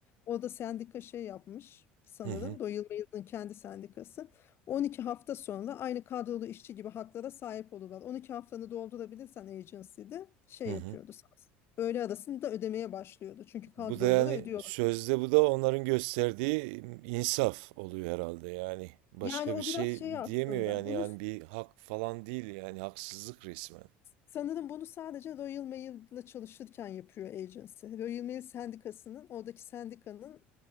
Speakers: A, on the left; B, on the right.
A: orada sendika şey yapmış sanırım.
B: Hı hı.
A: Royal Mail'in kendi sendikası. 12 hafta sonra aynı kadrolu işçi gibi haklara sahip olurlar. 12 haftanı doldurabilirsen agency'de şey
B: Hı hı.
A: yapıyordu. sana. Öğle arasını da ödemeye başlıyordu. Çünkü kadrolulara
B: Bu da yani
A: ödüyorlar.
B: sözde bu da onların gösterdiği insaf oluyor herhalde yani. Başka
A: Yani o
B: bir şey
A: biraz şey aslında.
B: diyemiyor yani
A: Bunu
B: yani bir hak falan değil yani haksızlık resmen.
A: Sanırım bunu sadece Royal Mail'la çalışırken yapıyor agency. Royal Mail sendikasının, oradaki sendikanın